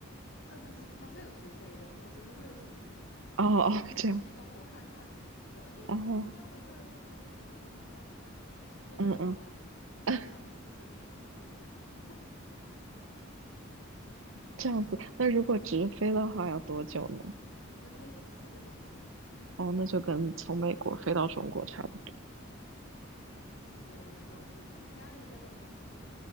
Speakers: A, on the left; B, on the right.
A: 呃，可是它是有直飞的，我只是为了省钱，
B: 哦哦，
A: 然后顺便想去中国看看，
B: 这样。
A: 因为我一直都听到每个人说中国很好很好啊，
B: 然后，
A: 其实真的很好诶，
B: 嗯嗯，<laughs>
A: 就想去吃美食又便宜。
B: 这样子。那如果直飞的话要多久呢？
A: 直飞十四个小时，
B: 哦，那就跟从美国飞到中国差不多。
A: 所以我们都是。你家人也在中国吗？